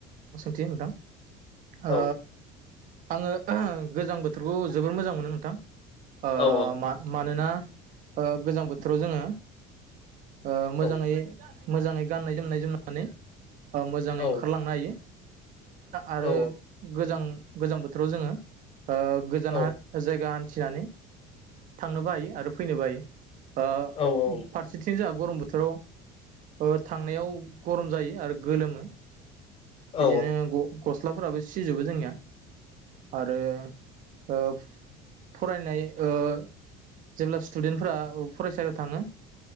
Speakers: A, on the right; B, on the left.
A: <unintelligible> नोंथां। ओ।
B: औ
A: आङो गोजां बोथोरखौ जोबोर मोजां मोनो नोंथां। ओ
B: औ
A: मानोना ओ गोजां बोथोराव जोङो ओ
B: औ
A: मोजाङै मोजाङै गाननाय-जोमनाय जोमनानै ओ मोजाङै
B: औ
A: ओंखारलांनो हायो। आरो
B: औ
A: गोजां गोजां बोथोराव जोङो ओ गोजान
B: औ औ
A: जायगा हान थिनानै थांनोबो हायो आरो फैनोबो हायो ओ
B: औ
A: फारसेथिं जाहा गरम बोथोराव ओ थांनायाव गरम जायो आरो गोलोमो।
B: औ
A: बिदिनो ग गस्लाफोराबो सिजोबो जोंनिया। आरो ओ फरायनाय ओ जेब्ला स्टुडेन्टफोरा फरायसालियाव थाङो